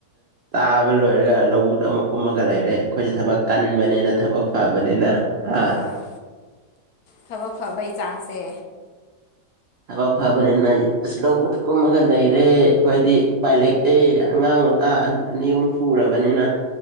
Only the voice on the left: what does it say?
ꯑꯥ ꯊꯕꯛ ꯐꯕꯩ ꯆꯥꯡꯁꯦ